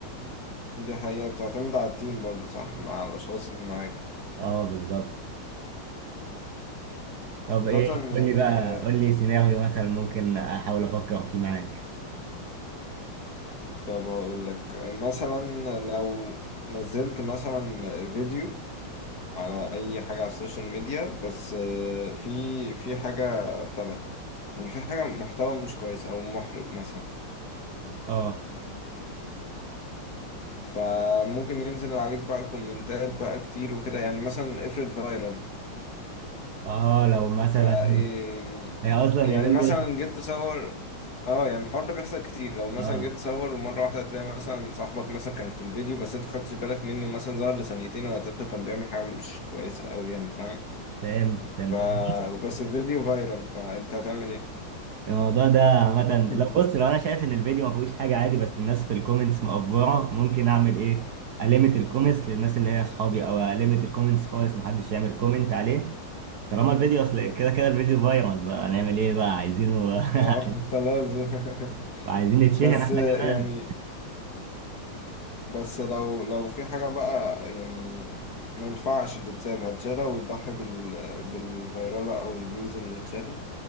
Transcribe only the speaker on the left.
دي حقيقة بتعتمد على التيم برضو صح مع الاشخاص اللي معاك
مثلا
يعني
طب هقول لك مثلا لو نزلت مثلا فيديو على اي حاجه على السوشيال ميديا بس آه، في في حاجه ابتدى يعني في حاجه محتوى مش كويس او محرج مثلا
فممكن ينزل عليك بقى كومنتات بقى كتير وكده يعني مثلا افرض فايرال
ف يعني
يعني
مثلا
جيت تصور اه يعني الحوار ده بيحصل كتير لو مثلا
جيت تصور ومره واحده تلاقي مثلا صاحبك مثلا كان في الفيديو بس انت خدتش بالك منه مثلا ظهر لثانيتين ولا تلاته كان بيعمل حاجه مش كويسه قوي يعني فاهم
ف
بس الفيديو فايرال فانت هتعمل ايه
<laughs>
اه <laughs> خلاص بقى.
بس
يعني بس لو لو في حاجة بقى يعني ما ينفعش تتساب هتشالها وتضحي بال بالفيرالة أو الفيوز اللي اتشافت